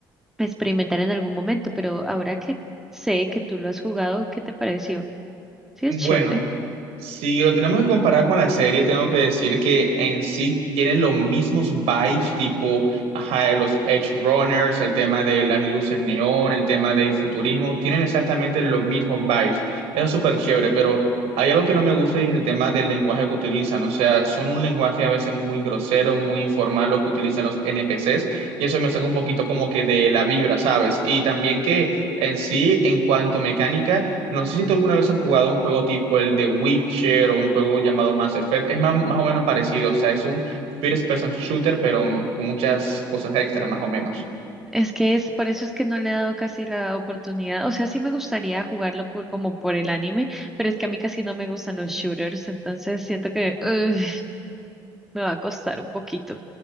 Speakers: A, in the centre; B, on the right.
A: experimentar en algún momento, pero ahora que sé que tú lo has jugado, ¿qué te pareció? Sí, es
B: Bueno,
A: chévere.
B: si lo tenemos que comparar con la serie, tengo que decir que en sí tienen los mismos vibes, tipo, ajá, de los Edge Runners, el tema de las luces neón, el tema del futurismo, tienen exactamente los mismos vibes. Eso es súper chévere, pero hay algo que no me gusta y es el tema del lenguaje que utilizan. O sea, son un lenguaje a veces muy grosero, muy informal lo que utilizan los NPCs, y eso me saca un poquito como que de la vibra, ¿sabes? Y también que en sí, en cuanto a mecánica, no sé si tú alguna vez has jugado un juego tipo el de Witcher o un juego llamado Mass Effect. Es más, más o menos parecido, o sea, es un first person shooter, pero con muchas cosas extra, más o menos.
A: Es que es, por eso es que no le he dado casi la oportunidad, o sea, sí me gustaría jugarlo por, como por el anime, pero es que a mí casi no me gustan los shooters, entonces siento que ugh, me va a costar un poquito.